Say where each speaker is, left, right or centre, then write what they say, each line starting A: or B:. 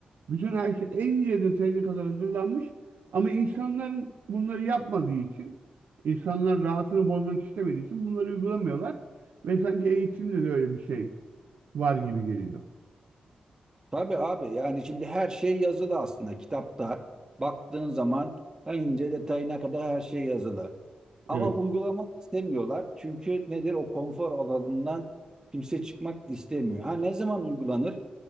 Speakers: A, on the right (about 75°); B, on the right (about 20°).
A: Bütün her şey en ince detayına kadar hazırlanmış. Ama insanların bunları yapmadığı için, insanlar rahatını bozmak istemediği için bunları uygulamıyorlar. Ve sanki eğitimde de öyle bir şey var gibi geliyor.
B: Tabii abi yani şimdi her şey yazılı aslında kitapta. Baktığın zaman en ince detayına kadar her şey yazılı. Ama
A: Evet.
B: uygulamak istemiyorlar. Çünkü nedir o konfor alanından kimse çıkmak istemiyor. Ha ne zaman uygulanır?